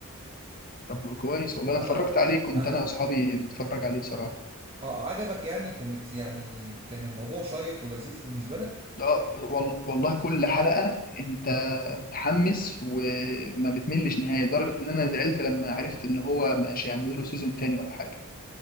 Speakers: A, on the left (about 40°); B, on the right (about 25°).
A: طب كويس والله انا
B: انا
A: اتفرجت عليه كنت
B: انا
A: انا واصحابي بنتفرج عليه بصراحة
B: اه عجبك يعني كانت يعني كان الموضوع شيق ولذيذ بالنسبة لك
A: اه ب- وال- والله كل حلقة انت متحمس وما بتملش نهائي لدرجة ان انا زعلت لما عرفت ان هو مش هيعملوا له سيزون تاني ولا حاجة